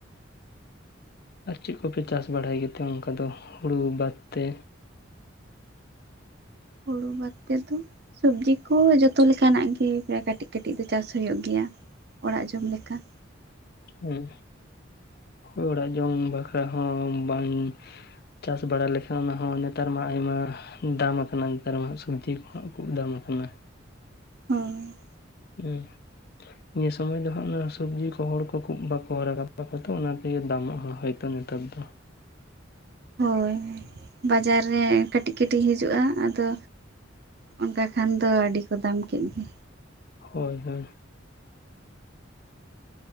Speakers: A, on the left (about 55°); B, on the right (about 55°).
A: ᱟᱨ ᱪᱮᱫ ᱠᱚᱯᱮ ᱪᱟᱥ ᱵᱟᱲᱟᱭ ᱜᱮᱛᱮ ᱚᱱᱠᱟ ᱫᱚ ᱦᱩᱲᱩ ᱵᱟᱫ ᱛᱮ?
B: ᱦᱩᱲᱩ ᱵᱟᱫ ᱛᱮ ᱫᱚ ᱥᱚᱵᱡᱤ ᱠᱚ ᱦᱚᱸ ᱡᱚᱛᱚ ᱞᱮᱠᱟᱱᱟᱜ ᱜᱮ ᱠᱟᱹᱴᱤᱡ ᱠᱟᱹᱴᱤᱡ ᱫᱚ ᱪᱟᱥ ᱦᱩᱭᱩᱜ ᱜᱮᱭᱟ ᱾ ᱚᱲᱟᱜ ᱡᱚᱢ ᱞᱮᱠᱟ
A: ᱦᱮᱸ ᱦᱳᱭ ᱚᱲᱟᱜ ᱡᱚᱢ ᱵᱟᱠᱷᱨᱟ ᱦᱚᱸ ᱵᱟᱝ ᱪᱟᱥ ᱵᱟᱲᱟ ᱞᱮᱠᱷᱟᱱ ᱚᱱᱟ ᱦᱚᱸ ᱱᱮᱛᱟᱨ ᱢᱟ ᱟᱭᱢᱟ ᱫᱟᱢ ᱟᱠᱟᱱᱟ ᱱᱮᱛᱟᱨ ᱢᱟ ᱦᱟᱸᱜ ᱥᱚᱵᱡᱤ ᱠᱚᱦ ᱠᱟᱹᱡ ᱫᱟᱢ ᱟᱠᱟᱱᱟ
B: ᱦᱩᱸ
A: ᱦᱮᱸ ᱱᱤᱭᱟᱹ ᱥᱚᱢᱚᱭ ᱫᱚ ᱦᱟᱸᱜ ᱚᱱᱟ ᱥᱚᱵᱡᱤ ᱠᱚ ᱦᱚᱲ ᱠᱚᱠᱚ ᱵᱟᱠᱚ ᱦᱚᱨᱟᱜ ᱠᱟᱱ ᱛᱟᱠᱚᱭᱟ ᱛᱚ ᱚᱱᱟ ᱛᱮᱜᱮ ᱫᱟᱢᱟᱜ ᱦᱚᱸ ᱦᱳᱭ ᱛᱚ ᱱᱮᱛᱟᱨ ᱫᱚ
B: ᱦᱳᱭ ᱵᱟᱡᱟᱨ ᱨᱮ ᱠᱟᱹᱴᱤᱡ ᱠᱟᱹᱴᱤᱡ ᱦᱤᱡᱩᱜᱼᱟ ᱟᱫᱚ ᱚᱱᱠᱟ ᱠᱷᱟᱱ ᱫᱚ ᱟᱹᱰᱤ ᱠᱚ ᱫᱟᱢ ᱠᱮᱫ ᱜᱮ
A: ᱦᱳᱭ ᱦᱳᱭ